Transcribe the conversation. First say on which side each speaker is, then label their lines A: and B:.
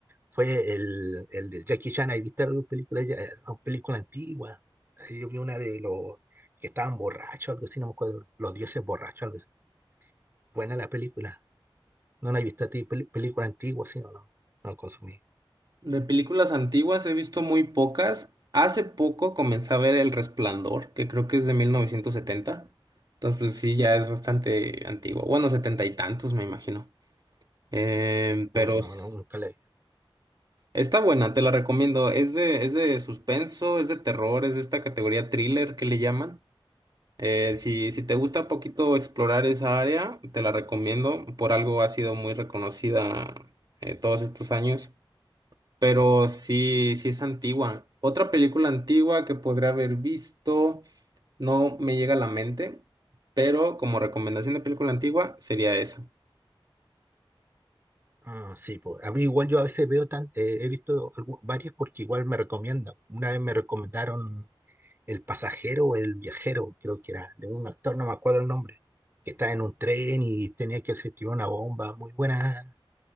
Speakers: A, on the right; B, on the right.
A: fue el, el de Jackie Chan, ahí viste alguna película, ya- eh, una película antigua. Ahí yo vi una de los que estaban borrachos, algo así, no me acuerdo, los dioses borrachos, algo así. Buena la película. ¿No la has visto a ti? Pel- ¿Película antigua, sí o no? No consumí.
B: De películas antiguas he visto muy pocas. Hace poco comencé a ver El Resplandor, que creo que es de mil novecientos setenta Entonces, pues sí, ya es bastante antiguo. Bueno, setenta y tantos, me imagino. Em, pero
A: No, no,
B: s-
A: no, nunca la he visto.
B: Está buena, te la recomiendo. Es de, es de suspenso, es de terror, es de esta categoría thriller que le llaman. Eh, si, si te gusta poquito explorar esa área, te la recomiendo. Por algo ha sido muy reconocida eh, todos estos años. Pero sí, sí es antigua. Otra película antigua que podría haber visto, no me llega a la mente, pero como recomendación de película antigua sería esa.
A: Ah, sí, pues. A mí igual yo a veces veo tan, eh, he visto algu- varias porque igual me recomiendan. Una vez me recomendaron El pasajero o El viajero, creo que era, de un actor, no me acuerdo el nombre, que estaba en un tren y tenía que se tiró una bomba. Muy buena,